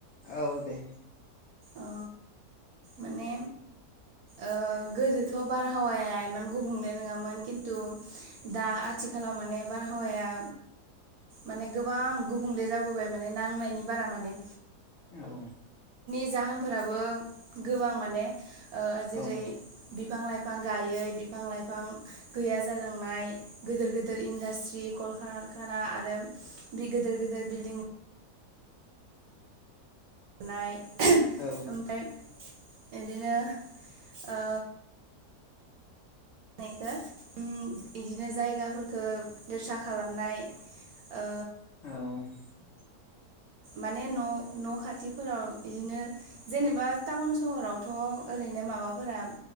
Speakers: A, on the left; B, on the right.
A: औ दे
B: अ माने ओ गोदोथ बारहावाया इमान गुबुंले नङामोन खिन्तु दा आथिखालाव माने बारहावाया माने गोबां गुबुंले जाबोबाय माने नांनायनि बारा माने
A: औ
B: जाहोन फोराबो गोबां माने ओ जेरै
A: औ
B: बिफां लाइफां गायै बिफां लाइफां गैया जालांनाय। गोदोर गोदोर इन्डास्ट्रि कल खार खाना आरो बि गिदेर गिदेर बिल्दिं <unintelligible>
A: औ
B: ओमफाय बिदिनो ओ <unintelligible> बिदिनो जायगाफोरखो दोसा खालामनाय ओ
A: औ
B: माने न' न' खाथिफोराव बिदिनो जेनेबा टाउन सहरावथ ओरैनो माबाफोरा